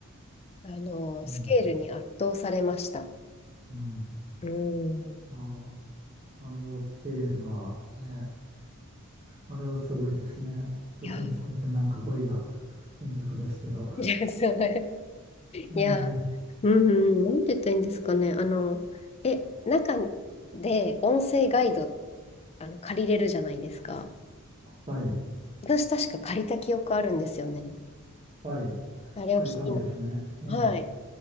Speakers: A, on the left; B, on the right.
A: あの、
B: うん、
A: スケールに圧倒されました。
B: うん。
A: うん。
B: ああ、あのスケールは、ね、あれはすごいですね。すごいですね。
A: いや、<laughs>
B: ってなんか語彙が貧弱ですけど。
A: いや、そう。
B: ええ、
A: いや、うん、うんなんて言ったらいいんですかね。あの、え、中で音声ガイド、あの、借りれるじゃないですか。
B: はい、
A: 私、確か借りた記憶あるんですよね。
B: はい、
A: あれを聞きに。
B: 借りたんですね。ええ、
A: はい。